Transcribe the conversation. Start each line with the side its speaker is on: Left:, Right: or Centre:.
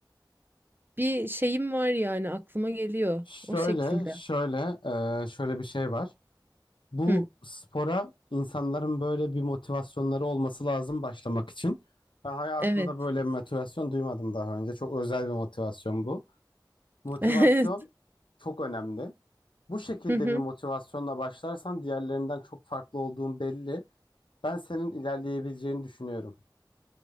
Right: bir şeyim var yani aklıma geliyor
Left: Şöyle,
Right: o şekilde.
Left: şöyle, eee, şöyle bir şey var. Bu
Right: Hı,
Left: spora insanların böyle bir motivasyonları olması lazım başlamak için. Ben hayatımda
Right: evet.
Left: böyle bir motivasyon duymadım daha önce. Çok özel bir motivasyon bu. Motivasyon
Right: <laughs>
Left: Çok önemli. Bu şekilde
Right: Hı hı.
Left: bir motivasyonla başlarsan diğerlerinden çok farklı olduğun belli. Ben senin ilerleyebileceğini düşünüyorum.